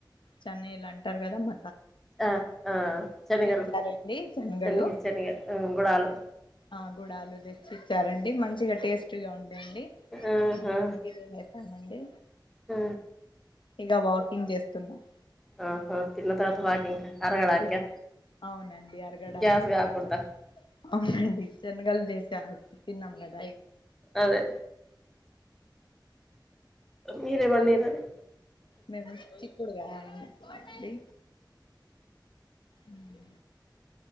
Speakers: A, on the left; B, in the centre.
A: చెన్నైల్ అంటారు కదా మ
B: ఆ ఆ శనగలు
A: ఇచ్చారండి శనగలు
B: శనిగ శనగ ఆ గుడాలు
A: ఆ గుడాలు తెచ్చి ఇచ్చారండి మంచిగా టేస్ట్గా ఉండెండి
B: ఆహా
A: అది తింటామండీ
B: ఆ
A: ఇగ వాకింగ్ చేస్తున్నాం.
B: ఆహా తిన్న తరవాత వాకింగ్ క, అరగడానికా
A: అవునండి అరగడానికి
B: గ్యాస్ కాకుండా
A: కొంచెం అవునండి జన్నగల్ చేశా తిన్నాం కాదం
B: అదే మీరే మన్నీరు అదే
A: మేము చిక్కుడుకాయ వండి అ